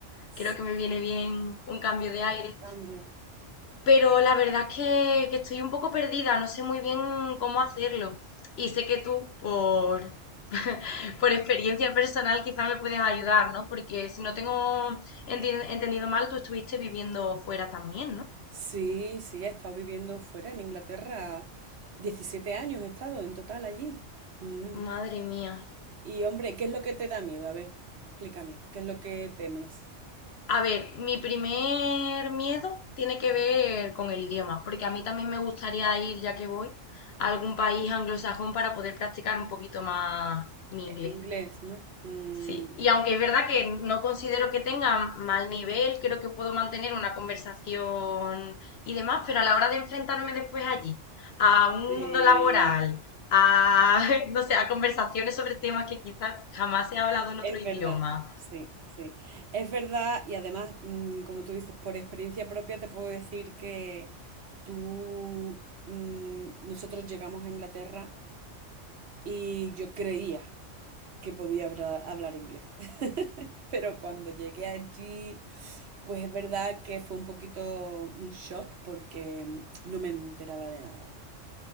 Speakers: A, on the right; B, on the left.
A: S-
B: Creo que me viene bien un cambio de aire.
A: Cambio.
B: Pero la verdad es que, que estoy un poco perdida, no sé muy bien cómo hacerlo. Y sé que tú, por, <laughs> por experiencia personal, quizás me puedes ayudar, ¿no? Porque si no tengo enti- entendido mal, tú estuviste viviendo fuera también, ¿no?
A: Sí, sí, he estado viviendo fuera en Inglaterra. 17 años he estado en total allí. Mm.
B: Madre mía.
A: Y hombre, ¿qué es lo que te da miedo? A ver, explícame, ¿qué es lo que temes?
B: A ver, mi primer miedo tiene que ver con el idioma, porque a mí también me gustaría ir, ya que voy, a algún país anglosajón para poder practicar un poquito más mi
A: El
B: inglés.
A: inglés, ¿no? Mm,
B: Sí, y aunque es verdad que no considero que tenga mal nivel, creo que puedo mantener una conversación y demás, pero a la hora de enfrentarme después allí a un
A: Sí,
B: mundo laboral, a, <laughs> no sé, a conversaciones sobre temas que quizás jamás he hablado en
A: Es
B: otro idioma.
A: verdad, sí, sí. Es verdad y además, mm, como tú dices, por experiencia propia te puedo decir que tú, mm, nosotros llegamos a Inglaterra y yo creía que podía habla- hablar inglés. <laughs> Pero cuando llegué allí, pues es verdad que fue un poquito un shock porque mm, no me enteraba de nada.